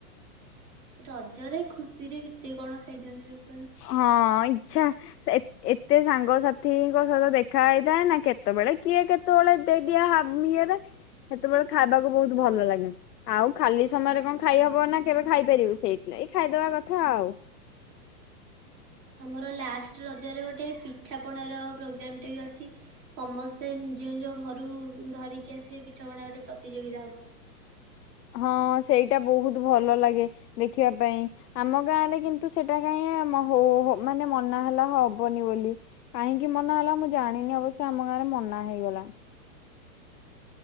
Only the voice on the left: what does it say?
ହଁ ଇଚ୍ଛା ସେ ଏତେ ଏତେ ସାଙ୍ଗସାଥିଙ୍କ ସହିତ ଦେଖା ହେଇଥାଏ ନା କେତେବେଳେ କିଏ କେତ୍ କେତେବେଳେ ଦେଇଦିଆ ହବ ଇଏରେ ସେତେବେଳେ ଖାଇବାକୁ ବହୁତ ଭଲ ଲାଗେ। ଆଉ ଖାଲି ସମୟରେ କଣ ଖାଇହବ ନା କେବେ ଖାଇପାରିବୁ ସେଇଥିଲାଗୀ। ଖାଇଦବା କଥା ଆଉ।
ହଁ ସେଇଟା ବହୁତ ଭଲ ଲାଗେ ଦେଖିବା ପାଇଁ। ଆମ ଗାଁରେ କିନ୍ତୁ ସେଟା କାଇଁ ମ ହୋ ହ ମାନେ ମନା ହେଲା ହବନି ବୋଲି। କାହିଁକି ମନା ହେଲା ମୁଁ ଜାଣିନି ଅବଶ୍ୟ ଆମ ଗାଁ ରେ ମନା ହେଇଗଲା।